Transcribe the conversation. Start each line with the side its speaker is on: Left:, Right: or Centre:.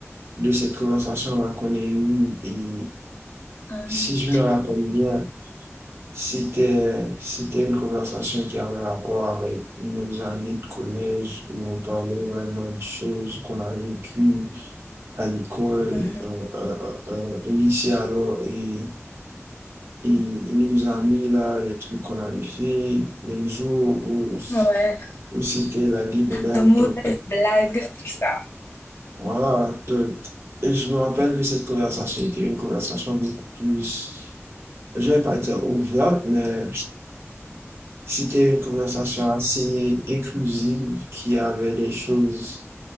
Right: de cette conversation-là qu'on a eue, et
Left: hein.
Right: si je me rappelle bien, c'était, c'était une conversation qui avait rapport avec nos années de collège, où on parlait vraiment de choses qu'on a vécues à l'école,
Left: Mhm.
Right: euh, euh, euh, au lycée alors, et, et il nous a mis là les trucs qu'on avait fait, les jours où,
Left: Ouais,
Right: où c'était la limonade,
Left: nos mauvaises
Right: donc
Left: blagues, tout ça.
Right: voilà, donc, et je me rappelle que cette conversation était une conversation beaucoup plus, je vais pas dire ouverte, mais c'était une conversation assez inclusive qui avait des choses,